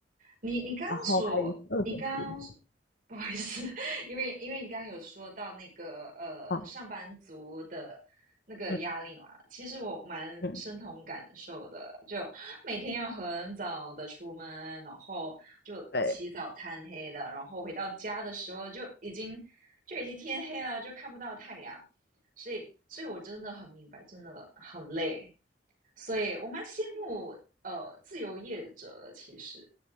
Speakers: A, on the right; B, on the left.
A: 你你刚刚所，
B: 然后还有一些二手书
A: 你刚刚 <laughs> 不好意思，<laughs> 因为因为你刚刚有说到那个呃上班族的那个压力嘛，
B: 啊，嗯
A: 其实我蛮深同感受的，
B: 嗯，
A: 就每天要很早的出门，然后就起早贪黑的，
B: 对，
A: 然后回到家的时候就已经就已经天黑了，就看不到太阳，所以所以我真的很明白，真的很累。所以我蛮羡慕呃自由业者的，其实